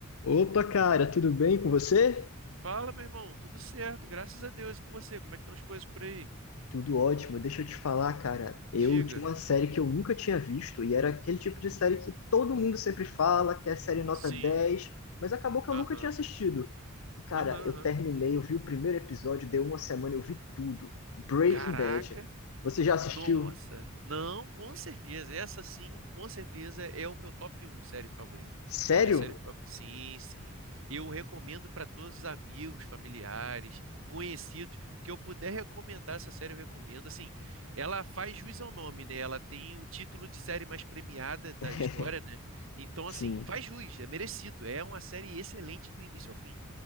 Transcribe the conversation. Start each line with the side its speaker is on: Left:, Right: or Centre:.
Left: Opa, cara, tudo bem com você?
Right: Fala, meu irmão, tudo certo, graças a Deus. E com você, como é que estão as coisas por aí?
Left: Tudo ótimo. Deixa eu te falar, cara. Eu
Right: Diga.
Left: tinha uma série que eu nunca tinha visto e era aquele tipo de série que todo mundo sempre fala, que é série nota
Right: Sim.
Left: dez, mas acabou que eu
Right: Aham.
Left: nunca tinha assistido. E, Cara,
Right: Aham,
Left: eu
Right: aham.
Left: terminei, eu vi o primeiro episódio, deu uma semana, eu vi tudo. Breaking
Right: Caraca,
Left: Bad. Você já assistiu?
Right: Nossa, não, com certeza. Essa sim, com certeza é o meu top um série favorita.
Left: Sério?
Right: É minha série favorita. Sim, sim. Eu recomendo para todos os amigos, familiares, conhecidos que eu puder recomendar essa série, eu recomendo. Assim, ela faz jus ao nome, né? Ela tem o título de série mais premiada da
Left: <laughs>
Right: história, né? Então, assim,
Left: Sim.
Right: faz jus, é merecido. É uma série excelente do início ao fim.